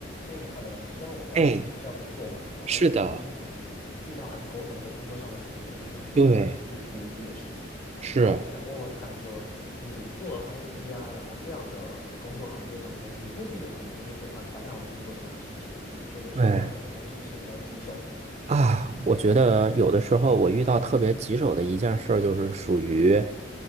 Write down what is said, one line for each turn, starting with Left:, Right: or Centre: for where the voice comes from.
Left: 哎，Hello，你知道我在国际学校工作嘛？
Right: 哎，
Left: 然后我就有经常遇到很头疼的工作上的事情，
Right: 是的，
Left: 就是像学生的程度不一的事情。
Right: 对，是，
Left: 那我就想问问看说，你做 IT 呀、然后这样的工作行业当中，你会不会有很多就是很烦恼的工作上的事情？比如说有什么样的东西是比较棘手的？
Right: 对，啊，我觉得有的时候我遇到特别棘手的一件事，儿，就是属于，